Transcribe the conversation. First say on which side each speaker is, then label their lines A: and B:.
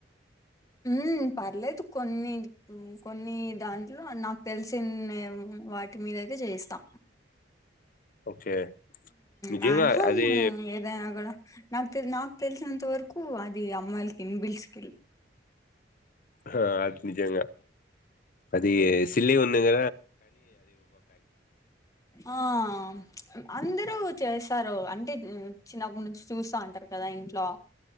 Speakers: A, on the left (about 20°); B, on the left (about 50°).
A: ఉహ్ పర్లేదు కొన్ని కొన్ని దాంట్లో నాకు తెలిసిన వాటి మీదయితే చేయిస్తా
B: ఓకే. నిజంగా
A: మాక్సిమమ్
B: అది
A: ఏదైనా కూడా నాక్ నా తెలిసినంత వరకు అది అమ్మాయిలకి ఇన్బిల్ స్కిల్
B: ఆ అది నిజంగా అది సిల్లి గా ఉన్నంగ
A: ఆహ్ అందరూ చేస్తారు అంటే చిన్నప్పటి నుంచి చూస్తా ఉంటారు కదా ఇంట్లో